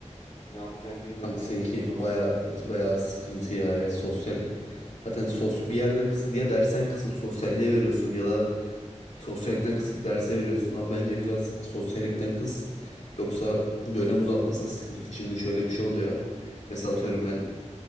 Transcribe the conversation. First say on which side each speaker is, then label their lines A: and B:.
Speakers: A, on the left; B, on the left.
A: Ne yapacağımı bilmiyorum
B: Kanka
A: yani.
B: seninki
A: Çünkü sosyal
B: baya
A: alanım yüksek.
B: baya sıkıntı ya. Evet sosyal zaten sos bir yerden kıs ya dersen kısıp sosyalliğe veriyorsun ya da sosyallikten kısıp derse veriyorsun. Ama bence biraz sosyallikten kıs. Yoksa dönem uzatması da sıkıntı. Şimdi şöyle bir şey oluyor. Mesela atıyorum ben